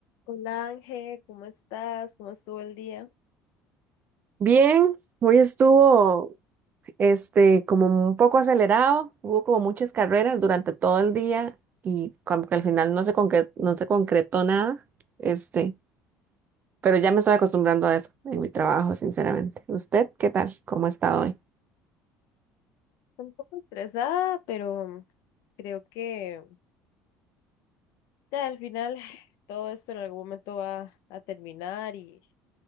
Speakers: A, on the left (about 70°); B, on the right (about 30°).
A: Hola Ángel, ¿cómo estás? ¿Cómo estuvo el día?
B: Bien, hoy estuvo este como un poco acelerado, hubo como muchas carreras durante todo el día y como que al final no se concre- no se concretó nada, este, pero ya me estoy acostumbrando a eso en mi trabajo, sinceramente. ¿Usted qué tal? ¿Cómo ha estado hoy?
A: Estoy un poco estresada, pero creo que ya al final <laughs> todo esto en algún momento va a terminar y,